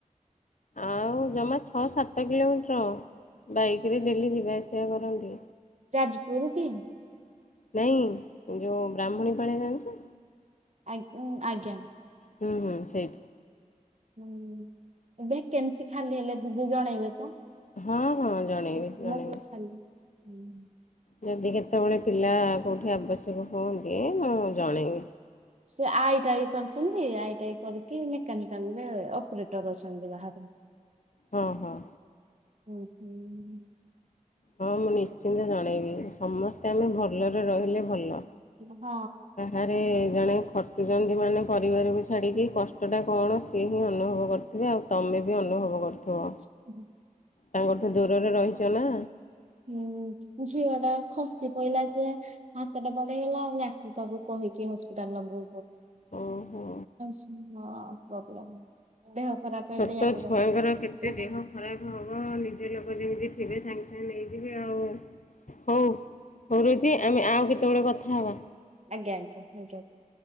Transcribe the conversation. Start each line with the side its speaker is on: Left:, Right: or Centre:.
Left: ଆଉ ଜମା ଛଅ ସାତ କିଲୋମିଟର। ବାଇକ ରେ ଡେଲି ଯିବା ଆସିଆ କରନ୍ତି।
Right: ଯାଜପୁର କି?
Left: ନାଇଁ ଯୋଉ ବ୍ରାହ୍ମଣୀ ପାଳେ ଜାଣିଚୁ।
Right: ଆଗ ଆଜ୍ଞା।
Left: ହୁଁ ହୁଁ ସେଇଠି।
Right: ହୁଁ ଭେକେନ୍ସି ଖାଲି ହେଲେ ଦିଦି ଜଣେଇବେ ତ।
Left: ହଁ ହଁ ଜଣେଇବି
Right: ମେକାନିକାଲ
Left: ଜଣେଇବି।
Right: ଖାଲି। ହୁଁ।
Left: ଯଦି କେତେବେଳେ ପିଲା କୋଉଠି ଆବଶ୍ୟକ ହୁଅନ୍ତି ମୁଁ ଜଣେଇବି।
Right: ସେ ଆଇଟାଇ କରିଚ଼ନ୍ତି ଆଇଟାଇ କରିକି ମେକାନିକାଲରେ ଅପରେଟର ଅଛନ୍ତି ବାହାରେ।
Left: ହଁ ହଁ।
Right: ହୁଁ ହୁଁ।
Left: ହଁ ମୁଁ ନିଶ୍ଚିନ୍ତ ଜଣେଇବି ସମସ୍ତେ ଆମେ ଭଲରେ ରହିଲେ ଭଲ।
Right: ହଁ।
Left: ଆରେ ଜଣେ ଖଟୁଚ଼ନ୍ତି ମାନେ ପରିବାରକୁ ଛାଡ଼ିକି କଷ୍ଟଟା କଣ ସିଏ ହିଁ ଅନୁଭବ କରୁ ଥିବେ ଆଉ ତମେ ବି ଅନୁଭବ କରୁଥିବ।
Right: ଉଁ ହୁଁ।
Left: ତାଙ୍କଠୁ ଦୂରରେ ରହିଚ ନା।
Right: ହୁଁ ଝିଅ ଟା ଖସି ପଇଲା ଯେ ହାତଟା ବାଡେଇ ହେଲା ୟାକୁ ତାକୁ କହିକି ହସ୍ପିଟାଲ ନବୁ।
Left: ଓହୋ।
Right: <unintelligible> ପ୍ରୋବେଲେମ ଦେହ। ଖରାପ
Left: ଛୋଟ
Right: ହେଲେ ୟାକୁ
Left: ଛୁଆଙ୍କର କେତେ
Right: ଆଜ୍ଞା
Left: ଦେହ ଖରାପ ହଁ ବା ନିଜ ଲୋକ ଯେମିତି ଥିବେ ସାଙ୍ଗେ ସାଙ୍ଗେ ନେଇଯିବେ ଆଉ। ହଉ କରୁଚି ଆମେ ଆଉ କେତେବେଳେ କଥା ହବା।
Right: ଆଜ୍ଞା ଆଜ୍ଞା ହେଉ ଜାଉଛି।